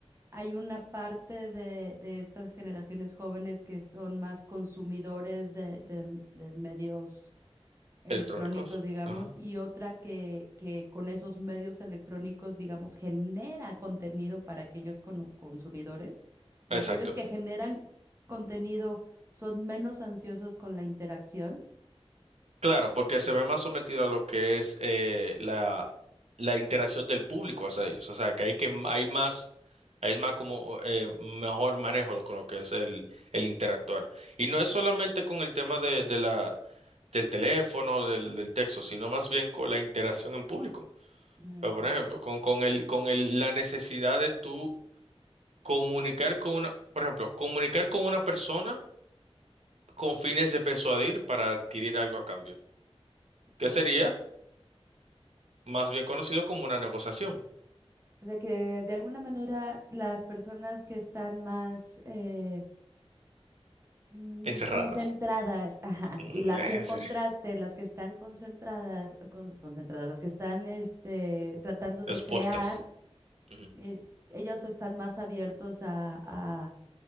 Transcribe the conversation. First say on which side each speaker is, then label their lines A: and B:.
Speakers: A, on the right; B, on the right.
A: hay una parte de, de estas generaciones jóvenes que son más consumidores de, de- de medios electrónicos,
B: electrónicos.
A: digamos,
B: Ajá.
A: y otra que, que con esos medios electrónicos, digamos, genera contenido para aquellos cono- consumidores y
B: Exacto.
A: aquellos que generan contenido son menos ansiosos con la interacción.
B: Claro, porque se ve más sometido a lo que es eh, la, la interacción del público hacia ellos. O sea, que hay que hay más, hay más como eh, mejor manejo con lo que es el, el interactuar. Y no es solamente con el tema de, de la, del teléfono, del, del texto, sino más bien con la interacción en público.
A: Mm,
B: Pero, por ejemplo, con, con el, con el, la necesidad de tú comunicar con una, por ejemplo, comunicar con una persona con fines de persuadir para adquirir algo a cambio. ¿Qué
A: ya.
B: sería? más bien conocido como una negociación.
A: O sea que de alguna manera las personas que están más eh, Mm,
B: Encerradas.
A: concentradas, ajá,
B: Ujú,
A: y la,
B: <laughs> En
A: y en contraste,
B: serio.
A: las que están concentradas, eh, con- concentradas, las que están este, tratando de
B: Expuestas.
A: crear,
B: Ujú.
A: eh, ellos están más abiertos a, a,